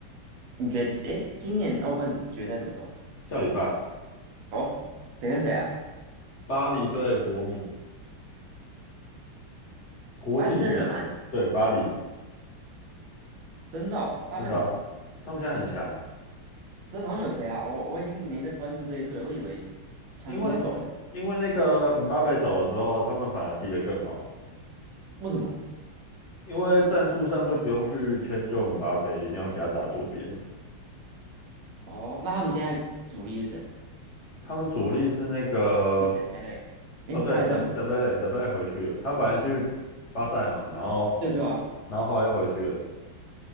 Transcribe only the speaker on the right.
你觉得，诶，今年欧冠决赛怎么说？
哦，谁跟谁啊？
巴黎圣日耳曼，真的哦，他们
真的他们有谁啊？我我已经没在关注这一队了我以为强人都走了，
为什么？
哦，那他们现在主力是谁？
还是登贝啊，诶，
他还在吗？
对对啊，